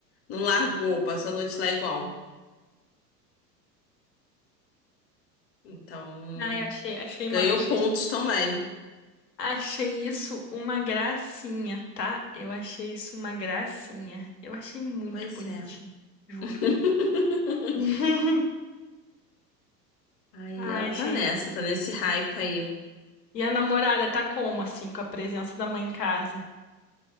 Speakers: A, on the left (about 30°); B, on the left (about 75°).
A: não largou, passou a noite lá igual. Então,
B: Ai, achei, achei,
A: ganhou
B: ma- achei
A: pontos
B: isso,
A: também.
B: achei isso uma gracinha, tá? Eu achei isso uma gracinha. Eu achei muito
A: Pois
B: bonitinho,
A: é.
B: juro.
A: <laughs>
B: <laughs>
A: Aí
B: Ai,
A: ela tá
B: achei.
A: nessa, tá nesse hype aí.
B: E a namorada tá como, assim, com a presença da mãe em casa?